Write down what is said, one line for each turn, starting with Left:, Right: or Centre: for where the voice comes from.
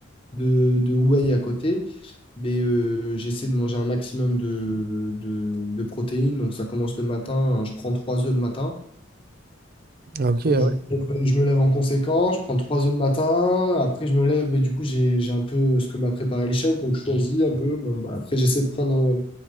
Left: de, de whey à côté. Mais euh, j'essaie de manger un maximum de, de, de protéines. Donc ça commence le matin. hein, Je prends trois œufs le matin.
Right: Ah, ok,
Left: Je,
Right: ah ouais,
Left: je me lève en conséquence. Je prends trois œufs le matin. Après, je me lève. Et du coup, j'ai, j'ai un peu ce que m'a préparé le chef. Donc je choisis un peu. Bon, bah, après, j'essaie de prendre euh,